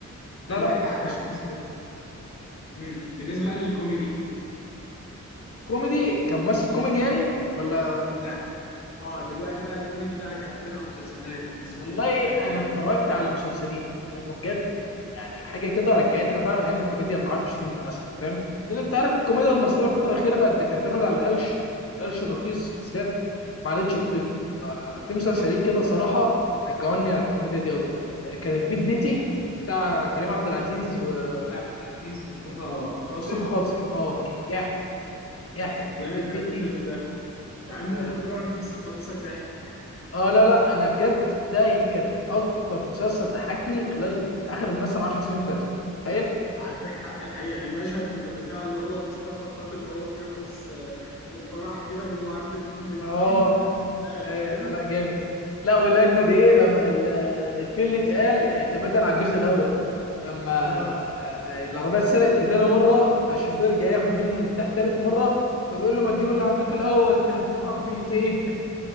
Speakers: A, on the left; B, on the left.
A: لا
B: عندك
A: لا
B: حق طب
A: مثل تقيل
B: بالنسبه
A: جدا
B: امم بالنسبه بقى للكوميدي
A: كوميدي كممثل كوميدي يعني ولا
B: لا اه دلوقتي بقى الكوميدي بقى كافلام او مسلسلات مصريه
A: والله
B: انت بتحب
A: انا
B: ايه؟
A: اتفرجت على مسلسلين هم بجد يعني حاجه كده رجعتنا فعلا ايام الكوميديا من 10 سنين مثلا فاهم لان انت عارف الكوميديا المصريه الفتره الاخيره بقت بتعتمد على القلش القلش الرخيص بالذات ما عادتش لطيفه ففي مسلسلين
B: صح
A: كده صراحه رجعوني على الكوميديا دي قوي كان البيت بيتي بتاع كريم عبد العزيز و-
B: محمود عبد العزيز مصطفى خاطر
A: ومصطفى خاطر اه كان جاحد جاحد
B: جامد
A: بيت بيتي
B: قوي الفيلم ده يعني المفروض
A: آه،
B: رعب بس بيفطسك ضحك
A: اه لا لا انا بجد ده يمكن اكتر مسلسل ضحكني خلال اخر مثلا 10 سنين فاتوا تخيل
B: عندك حق الحقيقه المشهد بتاع اللي هو مصطفى خاطر وهو بيرقص آه، في الفرح كده وهو عارف ان دول ميتين
A: اه
B: آه،
A: آه،
B: فاهم؟
A: لا لا جامد لا والاجمد ايه لما ال- الفيل اللي اتقال اعتمادا على الجزء الاول لما آه،
B: اه
A: آه، العربيه اتسرقت لتاني مره فالشوفير جاي ياخد منه المفتاح تالت مره فبيقول له ما تجيب اللي عندك الاول انت عندك عربيتين